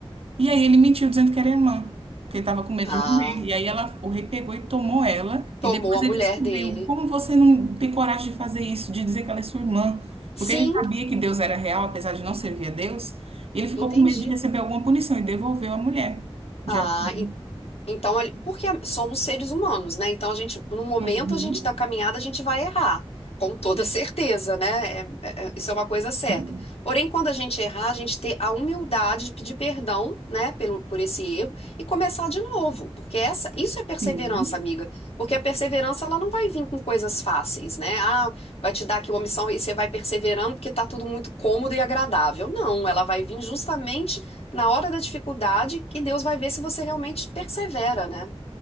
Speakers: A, on the right; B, on the left.
A: E aí ele mentiu dizendo que era irmã, porque ele estava com medo
B: Ah,
A: de morrer. E aí ela, o rei pegou e tomou ela.
B: tomou
A: E depois
B: a
A: ele
B: mulher
A: descobriu
B: dele.
A: como você não tem coragem de fazer isso, de dizer que ela é sua irmã.
B: Sim,
A: Porque ele sabia que Deus era real, apesar de não servir a Deus. E ele ficou
B: entendi.
A: com medo de receber alguma punição e devolveu a mulher. De
B: Ah,
A: Absalão.
B: Então, ali- porque somos seres humanos, né? Então, a gente, no momento
A: Uhum.
B: a gente da caminhada, a gente vai errar, com toda <laughs> certeza, né? É- é- é- isso é uma coisa certa.
A: Sim.
B: Porém, quando a gente errar, a gente ter a humildade de pedir perdão, né, pelo, por esse erro e começar de novo, porque essa, isso é perseverança,
A: Sim.
B: amiga. Porque a perseverança, ela não vai vir com coisas fáceis, né? Ah, vai te dar aqui uma missão e você vai perseverando porque tá tudo muito cômodo e agradável. Não, ela vai vir justamente na hora da dificuldade, que Deus vai ver se você realmente persevera, né?